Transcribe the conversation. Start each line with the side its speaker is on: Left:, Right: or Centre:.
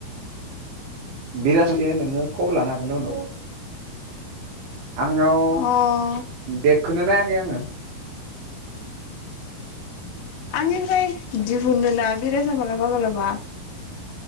Right: लासे नोङो खबर लानो हागोन दे उनाव आंनाव
Left: अ
Right: बेगखौनो नाया खै आङो।
Left: आंनिफ्राय दिहुनो ना बिरासा मालाबा मालाबा